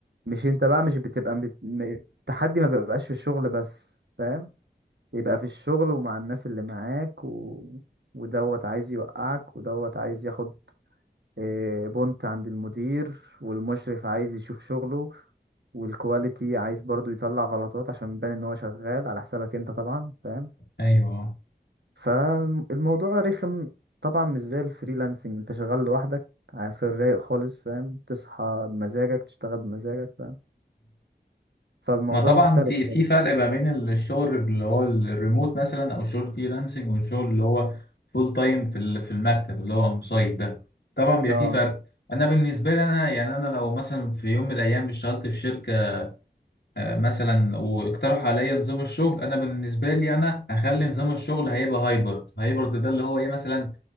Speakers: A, on the right; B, on the left.
A: مش انت بقى مش بتبقى مت... م- التحدي ما بيبقاش في الشغل بس فاهم يبقى في الشغل ومع الناس اللي معاك و... ودوت عايز يوقعك ودوت عايز ياخد إيه، بنت عند المدير والمشرف عايز يشوف شغله والكواليتي عايز برضو يطلع غلطات عشان يبان ان هو شغال على حسابك انت طبعا فاهم
B: ايوه
A: فالموضوع رخم طبعا مش زي الفريلانسنج انت شغال لوحدك ع- في الرايق خالص فاهم تصحى بمزاجك تشتغل بمزاجك فاهم فالموضوع
B: ما طبعا
A: مختلف
B: في
A: خالص
B: في فرق ما بين الشغل اللي هو الريموت مثلا او الشغل فريلانسنج والشغل اللي هو فول تايم في ال- في المكتب اللي هو مصيف ده طبعا بيبقى
A: اه
B: في فرق انا بالنسبه لي انا يعني انا لو مثلا في يوم من الايام اشتغلت في شركه آه، مثلا واقترحوا عليا نظام الشغل انا بالنسبه لي انا هخلي نظام الشغل هيبقى هايبرد هايبرد ده اللي هو ايه مثلا